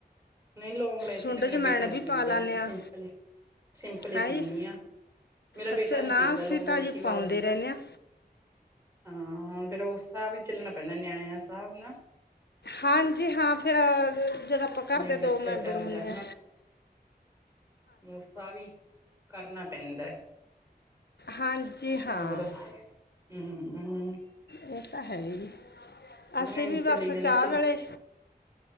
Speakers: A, on the right (about 15°); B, on the left (about 80°).
A: ਨ‌ਈ, ਲੌਂਗ-ਲੈਚੀ
B: ਸੁੰਡ
A: ਤਾਂ ਮੇਰਾ
B: ਜਮੈਣ
A: ਬੇਟਾ
B: ਵੀ
A: ਨੀ ਪੀਂਦਾ
B: ਪਾ ਲੈਂਦੇ
A: ਮੈਂ ਤਾਂ
B: ਹਾਂ
A: ਸਿੰਪਲ ਈ, ਸਿੰਪਲ ਈ
B: ਹੈਂ
A: ਪੀਂਨੀ
B: ਜੀ
A: ਆਂ। ਮੇਰਾ
B: ਅੱਛਾ
A: ਬੇਟਾ ਨੀ
B: ਨਾ
A: ਪੀਂਦਾ
B: ਅਸੀਂ
A: ਲੌਂਗ
B: ਤਾਂ
A: ਅਲਾਇਚੀ
B: ਜੀ
A: ਵਾਲਾ
B: ਪਾਉਂਦੇ
A: ਦੁੱਧ
B: ਰਹਿੰਦੇ ਹਾਂ
A: ਹਾਂ, ਫੇਰ ਉਸ ਸਾਬ 'ਚ ਚੱਲਣਾ ਪੈਂਦਾ ਨਿਆਨਿਆ ਸਾਬ੍ਹ ਨਾ।
B: ਹਾਂ ਜੀ ਹਾਂ, ਫੇਰ ਜਦੋਂ ਆਪਾਂ ਘਰ
A: ਜਿਵੇਂ
B: ਦੇ
A: ਬੱਚਾ
B: ਦੋ ਮੈਂਬਰ
A: ਚੱਲਦਾ
B: ਹੁੰਨੇ ਆ
A: ਮੂਸਾ ਵੀ ਕਰਨਾ ਪੈਂਦਾ।
B: ਹਾਂਜੀ ਹਾਂ
A: ਹੋਰ? <unintelligible>
B: ਇਹ ਤਾਂ ਹੈ ਈ ਐ। ਅਸੀਂ
A: ਅਈ
B: ਵੀ ਬਸ
A: ਚੱਲੀ ਜਾਂਦਾ
B: ਚਾਹ
A: ਚਲੋ
B: ਵੇਲੇ